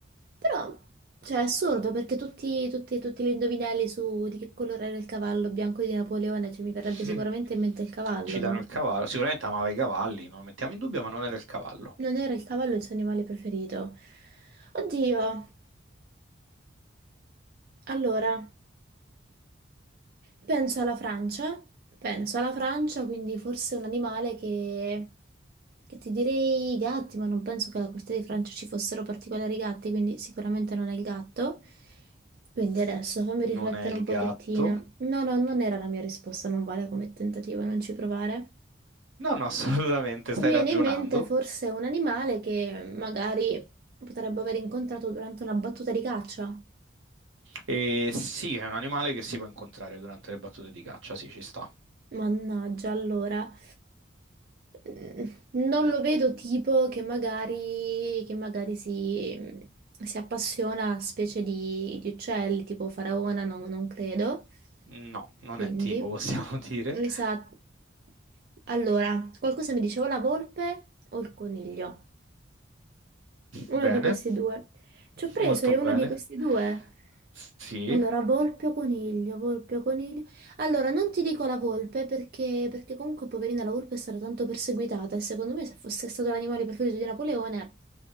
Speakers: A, on the right (about 50°); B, on the right (about 85°).
A: Però, cioè, è assurdo, perché tutti, tutti, tutti gli indovinelli su di che colore era il cavallo bianco di Napoleone, cioè mi verrebbe
B: <laughs>
A: sicuramente in mente il cavallo,
B: Ci
A: no?
B: danno il cavallo. Sicuramente amava i cavalli, non lo mettiamo in dubbio, ma non era il cavallo.
A: Non era il cavallo il suo animale preferito. Oddio, allora, penso alla Francia, penso alla Francia, quindi forse un animale che... Perché ti direi i gatti, ma non penso che alla costa di Francia ci fossero particolari gatti, quindi sicuramente non è il gatto. Quindi adesso fammi riflettere
B: Non è il
A: un
B: gatto.
A: pochettino. No, no, non era la mia risposta, non vale come tentativo, non ci provare.
B: No, no, <laughs> assolutamente, stai
A: Mi viene
B: ragionando.
A: in mente forse un animale che magari potrebbe aver incontrato durante una battuta di caccia.
B: E sì, è un animale che si può incontrare durante le battute di caccia, sì, ci sta.
A: Mannaggia, allora, mm, non lo vedo tipo che magari, che magari si, si appassiona a specie di, di uccelli, tipo faraona, non, non credo.
B: No, non
A: Quindi,
B: è tipo, possiamo <laughs> dire.
A: esatto. Allora, qualcosa mi diceva la volpe o il coniglio? Uno
B: Bene,
A: di questi due. Ci ho preso,
B: molto
A: è uno
B: bene.
A: di questi due.
B: Sì.
A: Allora, volpe o coniglio, volpe o coniglio. Allora, non ti dico la volpe perché, perché comunque, poverina, la volpe è stata tanto perseguitata e secondo me se fosse stato l'animale preferito di Napoleone,